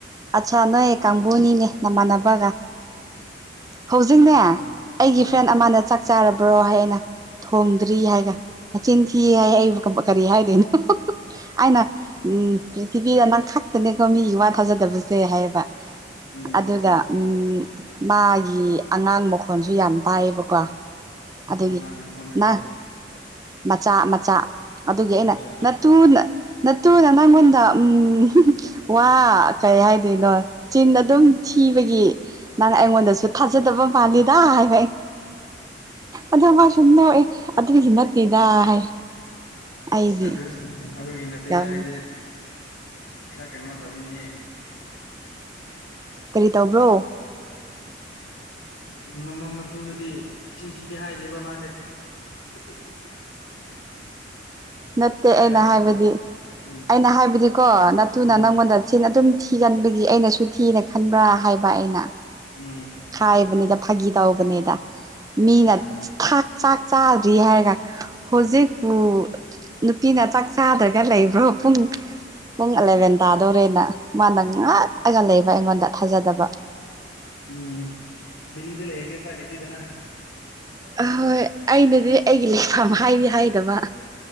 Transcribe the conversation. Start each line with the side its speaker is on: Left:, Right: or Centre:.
Right: ꯑꯠꯆꯥꯥ ꯅꯣꯏꯌꯦ ꯀꯥꯡꯕꯨꯅꯤꯅꯦ ꯅꯃꯥꯟꯅꯕ ꯐ
Left: ꯑꯥ ꯑꯥ
Right: ꯆ ꯆꯥꯔꯕ꯭ꯔꯣ ꯍꯥꯏ ꯑꯩꯅ ꯊꯣꯝꯗ꯭ꯔꯤ ꯍꯥꯏꯒ ꯃꯆꯤꯟ ꯊꯤ ꯍꯥꯏ ꯑꯩꯕꯨ ꯀꯔꯤ ꯍꯥꯏꯗꯣꯏꯅꯣ ꯑꯩꯅ ꯄ꯭ꯔꯤꯊꯤꯕꯤꯗ ꯅꯪ ꯈꯛꯇꯅꯦꯀꯣ ꯃꯤꯒꯤ ꯋꯥ ꯊꯥꯖꯗꯕꯁꯨ ꯁꯦ ꯍꯥꯏꯌꯦꯕ
Left: ꯎꯝ
Right: ꯑꯗꯨꯒ ꯎ ꯃꯥꯒꯤ ꯑꯉꯥꯡ ꯃꯈꯣꯟꯁꯨ ꯌꯥꯝ ꯇꯥꯏꯌꯦꯕꯀꯣ ꯑꯗꯨꯒꯤ
Left: ꯑꯉꯥꯡ ꯃꯈꯣꯟ ꯍꯥꯏꯕꯗꯤ
Right: ꯅ ꯃꯆꯥ ꯃꯆꯥ ꯑꯗꯨꯒꯤ
Left: ꯑꯣ
Right: ꯑꯩꯅ
Left: ꯑꯠꯆꯥ ꯑꯠꯆꯥ
Right: ꯅꯨ ꯇꯨꯅ ꯅꯪꯉꯣꯟꯗ ꯎꯝ ꯋꯥ ꯀꯩ ꯍꯥꯏꯗꯣꯏꯅꯣ ꯆꯤꯟ ꯑꯗꯨꯝ ꯊꯤꯕꯒꯤ ꯅꯪ ꯑꯩꯉꯣꯟꯗꯁꯨ ꯊꯥꯖꯗꯕ ꯃꯥꯜꯂꯤꯗ ꯍꯥꯏꯕ ꯑꯗꯣ ꯃꯥꯁꯨ ꯅꯣꯏ ꯑꯗꯨꯗꯤ ꯍꯅꯛꯇꯗ ꯍꯥꯏ ꯑꯩꯗꯤ
Left: ꯑꯗꯨ ꯑꯗꯨꯒꯤ ꯅꯠꯇꯦꯗ
Right: ꯌꯥꯝ
Left: ꯍꯥꯏꯗꯤ ꯈꯔ ꯀꯩꯅꯣ ꯇꯧꯋꯤꯅꯦꯍꯦ
Right: ꯀꯔꯤ ꯇꯧꯕ꯭ꯔꯣ
Left: ꯃꯃꯝ ꯃꯇꯨꯗꯗꯤ ꯆꯤꯟꯊꯤꯗꯦ ꯍꯥꯏꯔꯦꯕ ꯃꯥꯁꯦ <unintelligible>
Right: ꯅꯠꯇꯦ
Left: ꯍꯥꯏꯌꯣ
Right: ꯑꯩꯅ
Left: ꯍꯥꯏꯌꯣ ꯂꯣꯏꯁꯤꯜꯂꯣ
Right: ꯍꯥꯏꯕꯗꯤ
Left: ꯎꯝ
Right: ꯑꯩꯅ ꯍꯥꯏꯕꯗꯤꯀꯣ ꯅꯠꯇꯨꯅ
Left: ꯎꯝ
Right: ꯅꯪꯉꯣꯟꯗ ꯆꯤꯟꯅ ꯑꯗꯨꯝ ꯊꯤꯒꯟꯕꯒꯤ ꯑꯩꯅꯁꯨ ꯊꯤꯅ ꯈꯟꯕ꯭ꯔꯥ ꯍꯥꯏꯕ ꯑꯩꯅ
Left: ꯎꯝ
Right: ꯍꯥꯏꯥꯏꯕꯅꯤꯗ ꯐꯥꯒꯤ ꯇꯧꯕꯅꯤꯗ
Left: ꯑꯠꯆꯥ
Right: ꯃꯤꯅ ꯊꯥꯛ ꯆꯥꯛ ꯆꯥꯗ꯭ꯔꯤ ꯍꯥꯏꯔꯒ ꯍꯧꯖꯤꯛꯄꯨ ꯅꯨꯄꯤꯅ ꯆꯥꯛ ꯆꯥꯗ꯭ꯔꯒ ꯂꯩꯕ꯭ꯔꯣ ꯄꯨꯡ ꯄꯨꯡ ꯑꯦꯂꯚꯦꯟ ꯇꯥꯗꯧꯔꯦꯅ ꯃꯥꯅ ꯉꯥꯛꯂꯒ ꯂꯩꯕ ꯑꯩꯉꯣꯟꯗ ꯊꯥꯖꯗꯕ
Left: ꯎꯝ ꯗꯦꯜꯂꯤꯗ ꯂꯩꯔꯤꯗꯤ ꯎꯄꯥꯏ ꯂꯩꯇꯦꯗꯅ
Right: ꯑꯍꯣꯏ ꯑꯩꯅꯗꯤ ꯑꯩꯒꯤ ꯂꯩꯐꯝ ꯍꯥꯏꯗꯤ ꯍꯥꯏꯗꯕ